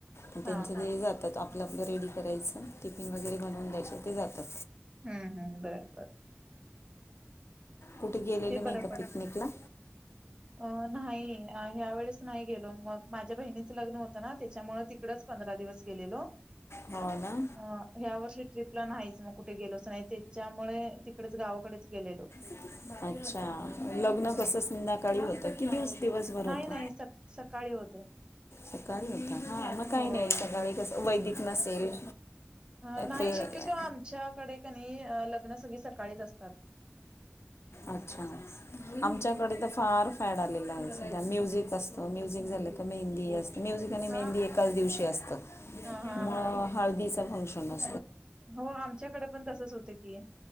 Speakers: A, on the left (about 70°); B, on the right (about 20°).
A: तेचं
B: हा
A: तेनी
B: हा
A: जातात. आपलं-आपलं रेडी करायचं. टिफिन वगैरे बनवून द्यायचं ते जातात.
B: हम्म, हम्म, बर-बर.
A: कुठे गेलेले
B: ते बरं
A: नाही का
B: पडतं
A: पिकनिकला?
B: अ नाही ह्या वेळेस नाही गेलो. मग माझ्या बहिणीचं लग्न होतं ना त्याच्यामुळे तिकडच पंधरा दिवस गेलो. गेलेलो.
A: हो ना
B: अ ह्या वर्षी ट्रिपला नाहीच, मग कुठे गेलोच नाही, त्याच्यामुळे तिकडेच गा गवाकडेच गेलेलो.
A: ह. अच्छा, लग्न
B: हा.
A: कस संध्याकाळी होत, कि दिवस दिवसभर होत.
B: नाही नाही स सकाळी होत
A: सकाळी होत हा मग
B: होय.
A: काही नाही, सकाळी कस वैदिक नसेल.
B: अ नाही
A: पे
B: शक्यतो आमच्याकडे कनी लग्न सगळी सकाळीच असते.
A: अच्छा आमच्याकडे तर फार फॅड आलेला आहे. म्युझिक असतं, म्युझिक झालं क मेहंदी असते. म्युझिक आणि मेहंदी
B: हा
A: एकाच दिवशी असतं.
B: हा हा
A: मं हळदीचं फंक्शन असतो.
B: हो आमच्याकडे पण तसच होत की.